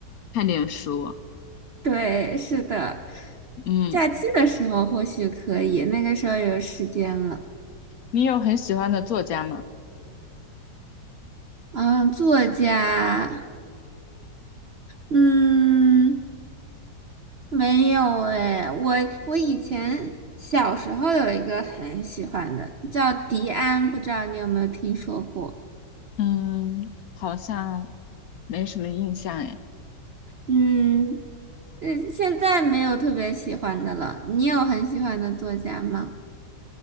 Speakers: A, on the left; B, on the right.
A: 看点书。
B: 对，是的，
A: 嗯，
B: 假期的时候或许可以，那个时候有时间了。
A: 你有很喜欢的作家吗？
B: 嗯，作家，嗯，没有诶，我我以前小时候有一个很喜欢的，叫迪安，不知道你有没有听说过？
A: 嗯，好像没什么印象哎。
B: 嗯，嗯，现在没有特别喜欢的了。你有很喜欢的作家吗？